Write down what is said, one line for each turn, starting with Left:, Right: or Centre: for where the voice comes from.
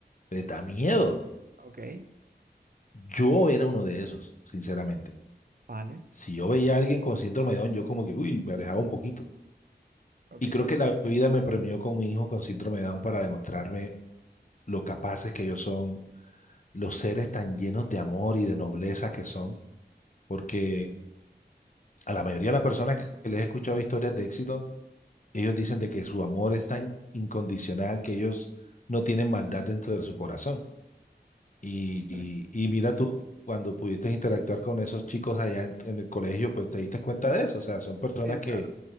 Left: les da miedo.
Right: ok,
Left: Yo era uno de esos, sinceramente.
Right: vale,
Left: Si yo veía a alguien con síndrome de Down, yo como que, uy, me alejaba un poquito.
Right: ok,
Left: Y creo
Right: ok.
Left: que la vida me premió con un hijo con síndrome de Down para demostrarme lo capaces que ellos son, los seres tan llenos de amor y de nobleza que son, porque a la mayoría de las personas que les he escuchado historias de éxito, Ellos dicen de que su amor es tan incondicional que ellos no tienen maldad dentro de su corazón. Y,
Right: vale.
Left: y, y mira tú, cuando pudiste interactuar con esos chicos allá en, en el colegio, pues te diste cuenta de eso. O sea, son personas
Right: Sí, claro.
Left: que